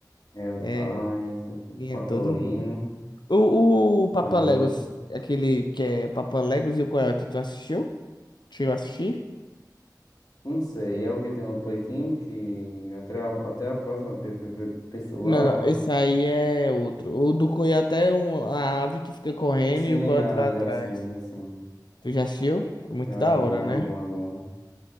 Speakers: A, on the left; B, on the left.
A: É o
B: É,
A: Tais, o
B: tinha
A: Patolino,
B: todo mundo. O, o Papa
A: a Lola.
B: Legos, aquele que é o Papa Legos e o Coyote, tu assistiu? Chegou a assistir?
A: Não sei, é o que tem um pouquinho que até a, até a próxima pe- pe- pe- pessoal.
B: Não, não, esse aí é outro. O do Coyote é um, a ave que fica correndo
A: Sim,
B: e o Coyote
A: ah,
B: lá atrás.
A: já sim, já sim.
B: Tu já assistiu? É muito
A: Já
B: da
A: é bom,
B: hora, né?
A: é bom, é bom.